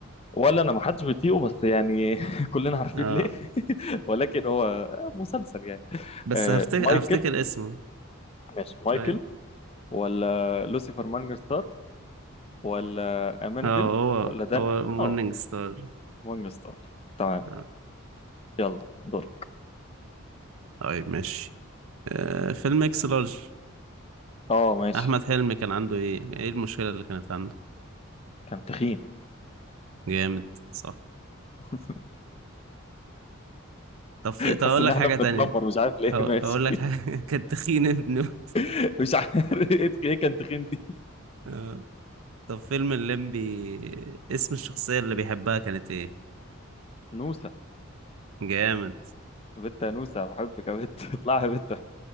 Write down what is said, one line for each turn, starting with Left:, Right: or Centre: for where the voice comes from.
Left: ولا انا ما حدش بيطيقه بس يعني <laughs> كلنا عارفين
Right: آه
Left: ليه <laughs> ولكن هو آه، مسلسل يعني
Right: بس
Left: آه
Right: هفتكر
Left: مايكل
Right: هفتكر اسمه
Left: ماشي مايكل
Right: ايوه
Left: ولا لوسيفر مانجر ستار ولا اماندل
Right: اه هو
Left: ولا دان
Right: هو مورنينج
Left: اه
Right: ستار
Left: مانجر ستار تمام
Right: آه.
Left: يلا دور
Right: طيب ماشي آه فيلم اكس لارج
Left: اه ماشي
Right: احمد حلمي كان عنده ايه ايه المشكله اللي كانت عنده
Left: كان تخين
Right: جامد صح
Left: <laughs>
Right: طب في... طب
Left: حاسس
Right: اقول
Left: ان
Right: لك
Left: احنا
Right: حاجه
Left: بنتنمر
Right: تانية
Left: مش عارف ليه
Right: أو...
Left: ماشي
Right: اقول لك حاجه <laughs> كان تخين ابنه
Left: <laughs> مش عارف ايه ايه كان تخين دي
Right: آه. طب فيلم الليمبي اسم الشخصيه اللي بيحبها كانت ايه
Left: نوسة
Right: جامد
Left: بنت يا نوسة بحبك يا بنت <laughs> اطلعي يا بنت